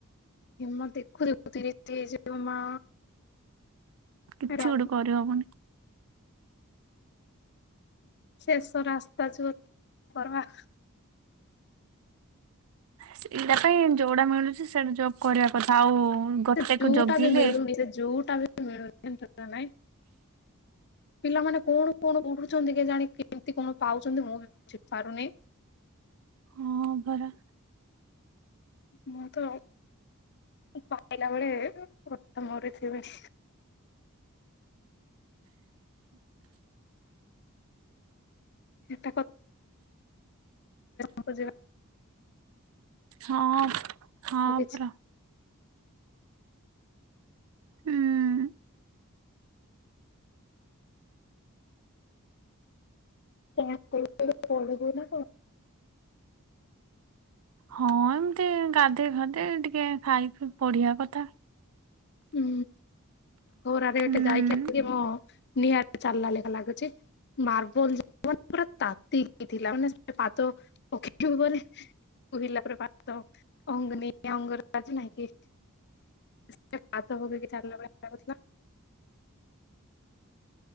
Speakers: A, on the left; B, on the right.
A: ଏମା ଦେଖୁ ଦେଖୁତିରିଶ ଡେ ହେଇଯିବ ମା
B: କିଛି
A: ରହୁ
B: ଗୋଟେ କରିହବୁନି
A: ଶେଷ ରାସ୍ତା ଯୋ କରବା
B: ସେଇଟା ପାଇଁ ଯୋଉଟା ମିଳୁଛି ସେଟା ଜବ କରିବା କଥା ଆଉ। ଗୋଟେକୁ
A: ସେ ଜଉଟା
B: ଜଗିଲେ
A: ବି ମିଳୁନି ସେ ଜୁଟା ବି ମିଳୁନି ନାଇଁ। ପିଲାମାନେ କଣ କଣ ଉଠୁଛନ୍ତି କି ଜାଣି କେମିତି କଣ ପାଉଛନ୍ତି ମୁଁ ବି ବୁଝିପାରୁନି।
B: ହଁ ପରା।
A: ମୁଁ ତ ପାଇଲା ବେଳେ କଥା ମରିଥିବି। ଏଠା <unintelligible>
B: ହଁ ହଁ
A: ଆଉ କିଛି
B: ପରା ହୁଁ।
A: ପିବୁ ନା କଣ?
B: ହଁ ଏମିତି ଗାଧୋଇ ଖାଧୋଇ ଟିକେ ଖାଇ ପଢିବା କଥା।
A: ହୁଁ ଘୋରରେ ଗୋଟେ
B: ହୁଁ।
A: ଯାଇକି ମୁଁ ନିଆଁରେ ଚାଲିଲା ଲେଖା ଲାଗୁଛି। ମାର୍ବଲ ମ ପା ତାତି <unintelligible> <unintelligible> <unintelligible>